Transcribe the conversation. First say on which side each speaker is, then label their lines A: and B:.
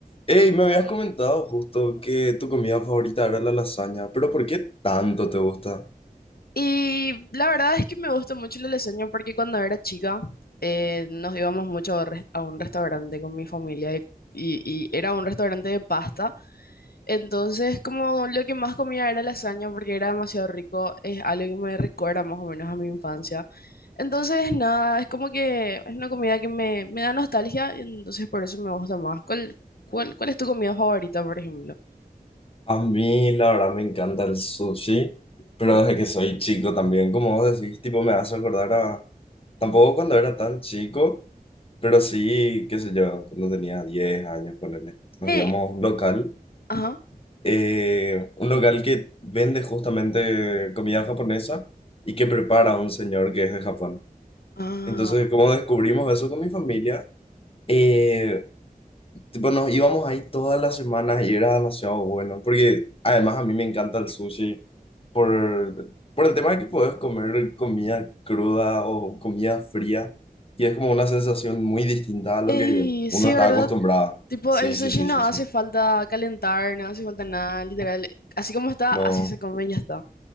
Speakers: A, on the left (about 40°); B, on the left (about 80°).
A: Hey, me habías comentado justo que tu comida favorita era la lasaña, pero ¿por qué tanto te gusta?
B: Y la verdad es que me gusta mucho la lasaña porque cuando era chica eh, nos íbamos mucho a, res- a un restaurante con mi familia y, y- y era un restaurante de pasta. Entonces como lo que más comía era lasaña porque era demasiado rico, es algo que me recuerda más o menos a mi infancia. Entonces nada, es como que es una comida que me, me da nostalgia y entonces por eso me gusta más. ¿Cuál, cuál, cuál es tu comida favorita, por ejemplo?
A: A mí, la verdad, me encanta el sushi, pero
B: Mm.
A: desde que soy chico también, como vos decís, tipo, me hace acordar a... Tampoco cuando era tan chico, pero sí, qué sé yo, cuando tenía 10 años, ponele. Nos
B: Ey,
A: íbamos a un local,
B: ajá.
A: eh, un local que vende justamente comida japonesa y que prepara un señor que es de Japón.
B: Ah,
A: Entonces, como descubrimos eso con mi familia? eh, Tipo, nos íbamos ahí todas las semanas y era demasiado bueno, porque además a mí me encanta el sushi por, por el tema de que puedes comer comida cruda o comida fría y es como una sensación muy distinta a lo
B: ey,
A: que uno
B: sí,
A: está
B: ¿verdad?
A: acostumbrado.
B: Tipo,
A: Sí,
B: el sushi
A: sí, sí,
B: no
A: sí,
B: hace
A: sí.
B: falta calentar, no hace falta nada, literal. Así como está,
A: No,
B: así se come y ya está.